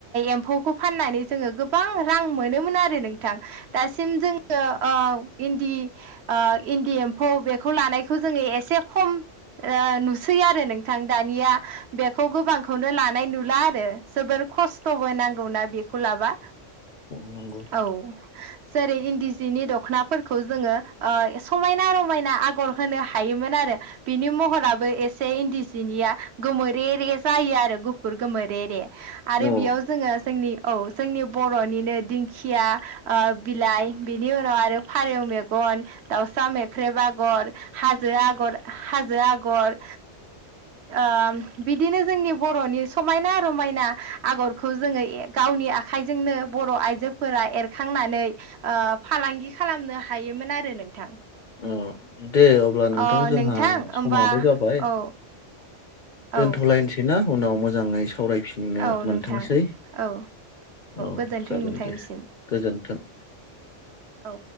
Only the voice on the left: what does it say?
नंगौ
औ
ओ दे अब्ला नोंथां
जोंहा
समाबो जाबाय
दोनथ'लायनोसैना
उनाव मोजाङै स सावरायफिननो
मोनथोंसै
औ
जागोन
दे गोजोन्थों